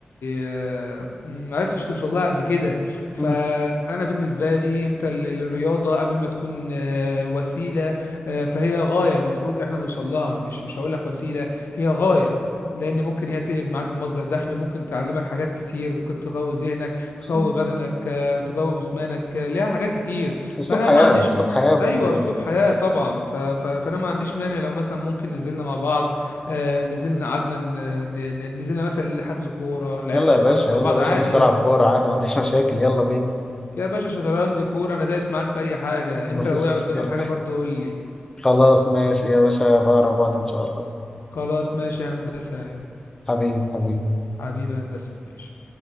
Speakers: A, on the left (about 80°); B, on the left (about 20°).
A: آه، ما عرفتش توصل لها قبل كده فانا
B: مم.
A: بالنسبه لي انت ال- الرياضه قبل ما تكون آه، وسيله آه، فهي غايه المفروض احنا نوصل لها مش مش هقول لك وسيله هي غايه لان ممكن هي تقلب معاك بمصدر دخل ممكن تعلمك حاجات كتير ممكن تقوي ذهنك تقوي
B: مم.
A: بدنك آه، تقوي جسمانك آه، ليها حاجات كتير
B: اسلوب
A: فانا
B: حياة
A: ما عنديش
B: اسلوب
A: مانع
B: حياة
A: ايوه
B: ب...
A: اسلوب حياه طبعا ف... ف... فانا ما عنديش مانع لو مثلا ممكن نزلنا مع بعض آه، نزلنا قعدنا ن... ن- نزلنا مثلا حجز كوره لعبنا
B: يلا
A: شطرنج
B: يا باشا
A: مع
B: يلا
A: بعض
B: يا باشا
A: عادي
B: نفسي العب كورة عادي ما عنديش <laughs> مشاكل يلا بينا
A: يا باشا شطرنج كورة انا دايس معاك في اي حاجة
B: مفيش
A: انت لو وقع
B: مشكلة
A: قدامك حاجة برضو قول لي
B: خلاص ماشي يا باشا في اقرب وقت ان شاء الله
A: خلاص ماشي هندسة
B: حبيبي حبيبي
A: حبيبي هندسة ماشي